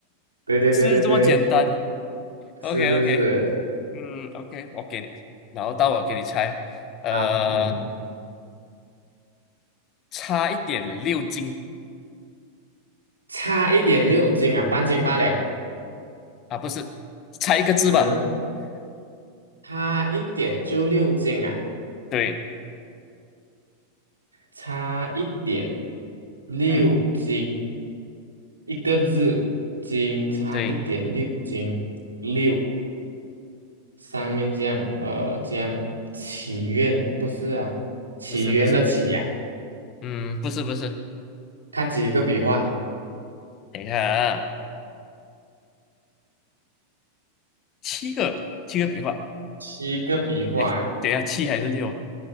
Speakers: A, on the right; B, on the left.
A: 对对对对对，
B: 是这么简单
A: 是是是，
B: ，OK OK，嗯 OK，我给你，然后到我给你猜，呃。
A: 好，嗯，
B: 差一点六斤
A: 差一点六斤啊，半斤八两。
B: 啊，不是，差一个字吧？
A: 嗯，差一点就六斤啊，
B: 对，
A: 差一点六斤，
B: 嗯，
A: 一个字，斤差一点六斤六。
B: 对，
A: 上面这样，呃，这样祈愿不是啊，起源的起呀、
B: 不是不是，嗯，不是不是，
A: 它几个笔画？
B: 等一下啊，七个七个笔画，
A: 七个笔画。
B: 诶，等一下七还是六？